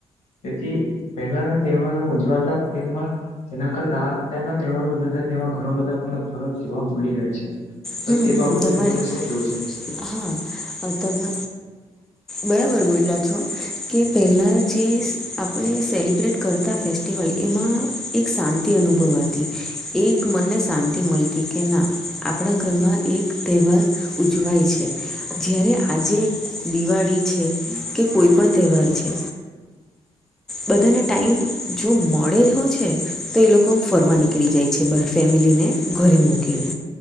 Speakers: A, on the left; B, in the centre.
A: તેથી પહેલાના તહેવારો ઉજવાતા તેમાં જેના કરતા આ અત્યારના તહેવારો ઉજવશે તેમાં ઘણો બધા આપણને ફરક જોવા મળી રહે છે. તો
B: હમ
A: તે
B: હમ
A: બાબતે
B: તમારી
A: તમારે શું કેવું છે?
B: હા તમે બરાબર બોલ્યા છો. કે પહેલા જે. આપણે સેલિબ્રેટ કરતા ફેસ્ટિવલ એમાં એક શાંતિ અનુભવાતી. એક મનને શાંતિ મળતી કે ના આપણા. ઘરમાં એક તહેવાર ઉજવાય છે જ્યારે આજે દિવાળી છે. કે કોઈ પણ તહેવાર છે. બધાને ટાાઈમ જો મળે હો છે તો એ લોકો ફરવા નીકળી જાય. છે બહાર ફેમિલીને ઘરે મૂકીને